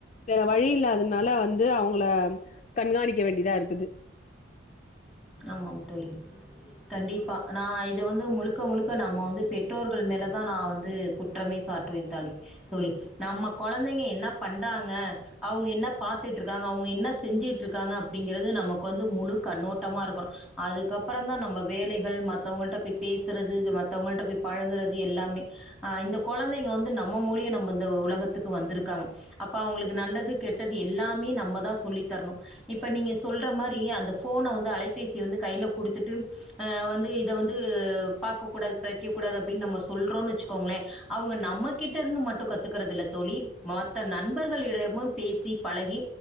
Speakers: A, on the left; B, in the centre.
A: வேற வழி இல்லாததுனாலே வந்து அவுங்கள கண்காணிக்க வேண்டியதா இருக்குது
B: ஆமாங்க தோழி கண்டிப்பா நா இத வந்து முழுக் முழுக்க முழுக்க நம்ம வந்து பெற்றோர்கள் மேலதா நா வந்து குற்றமே சாட்டுவே தோழி தோழி நம்ம கொழந்தைங்க என்ன பண்றாங்க அவுங்க என்ன பாத்துட்டு இருக்காங்க அவுங்க என்ன செஞ்சுட்டு இருக்காங்க அப்டிங்கறது நம வந்து முழு கண்ணோட்டமா இருக்கணு அதுக்கப்பரோ தா நம்ம வேலைகள் மத்தவங்கள்ட போய் பேசுறது மத்தவங்கள்ட போய் பழகுறது எல்லாமே அஹ் இந்த குழந்தைங்க வந்து நம்ம மூலிய நம்ம இந்த உலகத்துக்கு வந்திருக்காங்க அப்ப அவுங்களுக்கு நல்லது கெ கெட்டது எல்லாமே நம்ம தா சொல்லி தரணு இப்ப நீங்க சொல்ற மாரி அந்த போன வந்து அலைபேசிய வந்து கைல கொடுத்துட்டு ஆஹ் வந்து இத வந்து ப பாக்க கூடாது வைக்க கூடாது அப்டின்னு நம்ம சொல்றோனு வச்சுக்கோங்களே அவுங்க நம்மகிட்ட இருந்து மட்டு கத்துக்கறது இல்ல தோழி மொத்த நண்பர்களிடமு பேசி பழகி